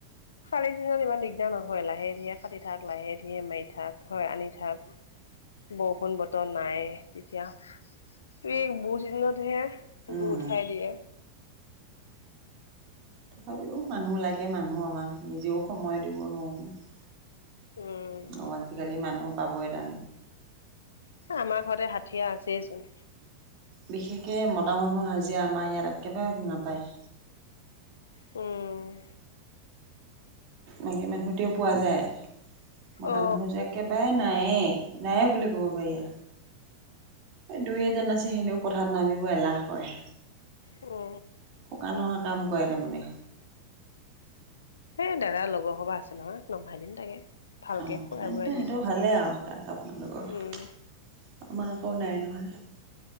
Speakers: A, on the left; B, on the right.
A: কালি ছিজনত ইমান দিগদাৰ নহয় লাহে ধীৰে কাটি থাক লাহে ধীে মাৰি থাক হয় আনি থাক বৰষুণ বতৰ নাই তেতিয়া ত এই বহুত দিনতহে
B: উম।
A: গু উঠাই দিয়ে
B: তথাপিও মানুহ লাগে মানুহ আমাৰ নিজেও সময় দিব নোৱাৰোঁ
A: উম।
B: অ আজিকালি মানুহ পাবই তণ
A: আমাৰ ঘৰতে হাঠিয়া আছেচোন
B: বিশেষকৈ মদা মানুহ হাজিৰা আমাৰ ইয়াত একেবাৰে নাপায়
A: অঁ
B: বাকী মানুহতে পোৱা যায় মদা
A: অ
B: মানুহ যে একবাৰে নায়েই নায়েই বুলি ক'ব পাৰিা দুই এজন আছে সিহতেও পথাৰাত নামিব এলাহ কৰে
A: অ
B: শুকান নোহোৱা কাম কৰে তাৰমানে
A: এ দাদা লগৰ সবা আছে নহয় নমভাই দম তাকে ভালকে
B: অঁ
A: খুৱাই বোৱাই
B: সেইটো
A: দিম
B: ভালেই আৰু তাত আপোনালোকৰ
A: উম
B: আমাৰ আকৌ নাই নহয়